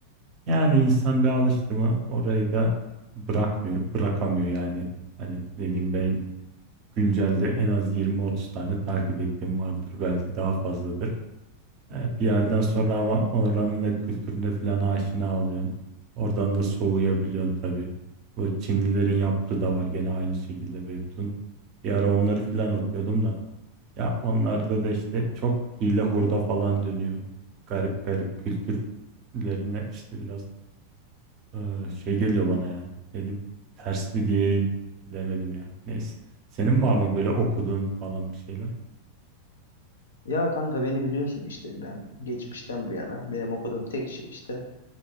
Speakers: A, on the right (about 40°); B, on the left (about 65°).
A: Yani insan bir alıştı mı orayı da bırakmıyor, bırakamıyor yani. Hani dediğim benim güncelde en az 20-30 tane takip ettiğim vardır. Belki daha fazladır. Ee, bir yerden sonra ama oranın da kültürüne falan aşina oluyorsun. Oradan da soğuyabiliyorsun tabii. Bu Çinlilerin yaptığı da var gene aynı şekilde Webtoon. Bir ara onları falan okuyordum da. Ya onlarda da işte çok hile hurda falan dönüyor. Garip garip kültürlerine işte biraz ee, şey geliyor bana yani. Dedim ters mi diyeyim bilemedim ya. Neyse. Senin var mı böyle okuduğun falan bir şeyler?
B: Ya kanka beni biliyorsun işte ben geçmişten bu yana benim okuduğum tek şey işte